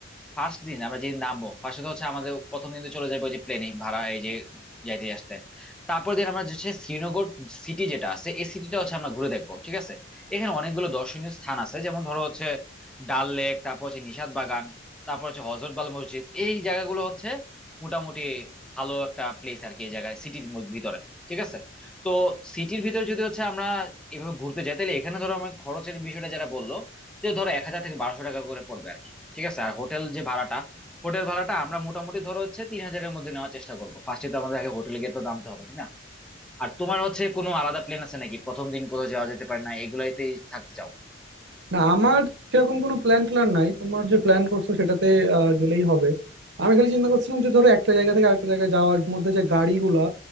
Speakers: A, in the centre; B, on the right.
A: ফার্স্ট দিন আমরা যেদিন নামবো ফার্স্টে তো হচ্ছে আমাদের প্রথম দিন তো চলে যাবে ওই যে প্লেনে ভাড়া এই যে যাইতে আসতে তারপর দিন আমরা হচ্ছে শ্রীনগর সিটি যেটা আছে এই সিটিটা হচ্ছে আমরা ঘুরে দেখবো ঠিক আছে এখানে অনেকগুলো দর্শনীয় স্থান আছে যেমন ধরো হচ্ছে ডাল লেক তারপর হচ্ছে নিশাত বাগান তারপর হচ্ছে হজরতবাল মসজিদ এই জায়গাগুলো হচ্ছে মোটামুটি ভালো একটা প্লেস আর কি এই জায়গায় সিটির ভিতরে ঠিক আছে তো সিটির ভিতরে যদি হচ্ছে আমরা এভাবে ঘুরতে যাই তাহলে এখানে ধরো আমার খরচের বিষয়টা যারা বললো যে ধরো এক হাজার থেকে বারোশো টাকা করে পড়বে ঠিক আছে আর হোটেল যে ভাড়াটা হোটেল ভাড়াটা আমরা মোটামুটি ধরো হচ্ছে তিন হাজারের মধ্যে নেওয়ার চেষ্টা করবো ফার্স্টে তো আমাদের আগে হোটেলে গিয়ে তো নামতে হবে তাই না আর তোমার হচ্ছে কোনো আলাদা প্ল্যান আছে নাকি প্রথম দিন কোথাও যাওয়া যেতে পারে না এগুলাইতেই থাকতে চাও
B: না আমার সেরকম কোনো প্ল্যান ট্যান নাই তোমার যে প্ল্যান করছো সেটাতে আহ, গেলেই হবে আমি খালি চিন্তা করছিলাম যে ধরো একটা জায়গা থেকে আরেকটা জায়গায় যাওয়ার মধ্যে যে গাড়িগুলা